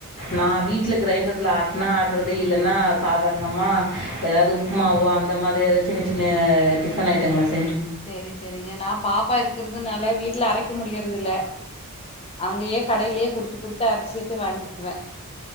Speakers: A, on the left; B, on the left.
A: நா வீட்ல கிரைண்டர்ல ஆட்டனா ஆட்டுறது இல்லைன்னா சாதாரணமா ஏதாவது உப்மாவோ அந்த மாரி ஏதாவது சின்ன சின்ன டிஃபன் ஐட்டங்கள செஞ்
B: செரி செரிங்க நா பாப்பா இருக்கிறதுனால் ல வீட்ல அரைக்க முடியறது இல்ல அங்கயே கடையிலயே குடுத்து குடுத்து அரைச்சுட்டு வாங்கிவே